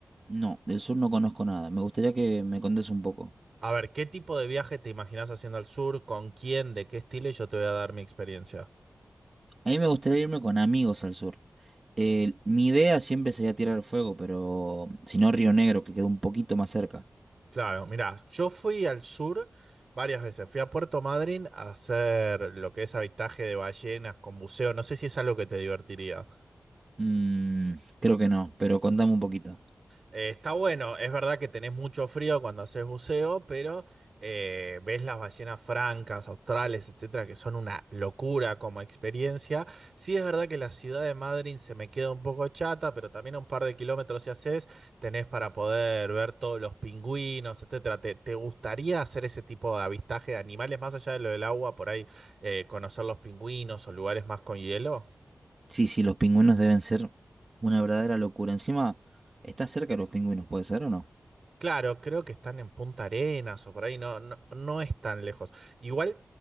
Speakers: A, on the right; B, on the right.
A: No, del sur no conozco nada. Me gustaría que me contes un poco.
B: A ver, ¿qué tipo de viaje te imaginas haciendo al sur? ¿Con quién? ¿De qué estilo? Y yo te voy a dar mi experiencia.
A: A mí me gustaría irme con amigos al sur. Eh, mi idea siempre sería tirar el fuego, pero si no Río Negro, que queda un poquito más cerca.
B: Claro, mira, yo fui al sur varias veces. Fui a Puerto Madryn a hacer lo que es avistaje de ballenas con buceo. No sé si es algo que te divertiría.
A: Mm, creo que no, pero contame un poquito.
B: Eh, está bueno, es verdad que tenés mucho frío cuando haces buceo, pero eh, ves las ballenas francas, australes, etcétera, que son una locura como experiencia. Sí, es verdad que la ciudad de Madrid se me queda un poco chata, pero también a un par de kilómetros si haces, tenés para poder ver todos los pingüinos, etcétera. ¿Te, te gustaría hacer ese tipo de avistaje de animales más allá de lo del agua, por ahí eh, conocer los pingüinos o lugares más con hielo?
A: Sí, sí, los pingüinos deben ser una verdadera locura. Encima, ¿estás cerca de los pingüinos, puede ser o no?
B: Claro, creo que están en Punta Arenas o por ahí, no, no, no es tan lejos. Igual,